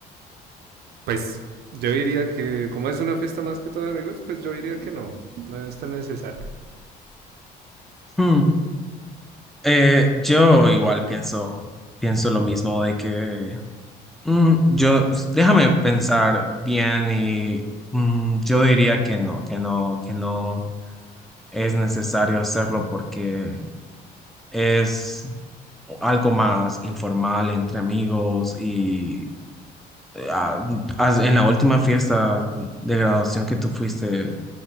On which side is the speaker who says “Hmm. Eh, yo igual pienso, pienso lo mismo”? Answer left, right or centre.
Centre